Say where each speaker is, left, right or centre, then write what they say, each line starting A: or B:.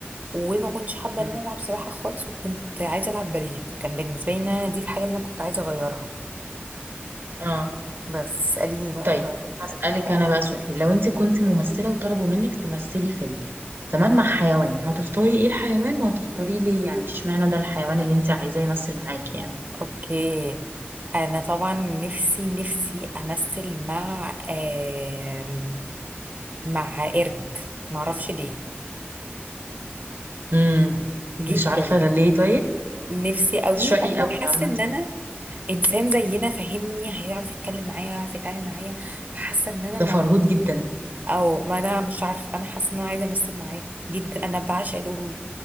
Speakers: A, on the right; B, on the right.
A: وما كنتش حابة
B: امم
A: ان انا العب سباحة خالص وكنت عايزة العب باليه فكان بالنسبة لي ان أنا دي الحاجة اللي انا كنت عايزة اغيرها
B: اه
A: بس اسأليني بقى
B: طيب
A: ايه
B: هسالك انا بقى سؤال لو انت كنت ممثله وطلبوا منك تمثلي فيلم تمام مع حيوان هتختاري ايه الحيوان وهتختاري ليه يعني اشمعنى ده الحيوان اللي انت عايزاه يمثل معاكي يعني
A: اوكي انا طبعا نفسي نفسي امثل مع آم، مع قرد معرفش ليه
B: امم
A: جدا
B: مش عارفه ده ليه طيب
A: نفسي قوي
B: شقي
A: انا
B: قوي
A: حاسه
B: عامه
A: ان انا انسان زينا فاهمني هيعرف يتكلم معايا هيعرف يتعامل معايا حاسه ان انا
B: ده
A: الموضوع
B: فرهود جدا
A: او ما انا مش عارفه انا حاسه ان انا عايزه امثل معاه جدا انا بعشق القرود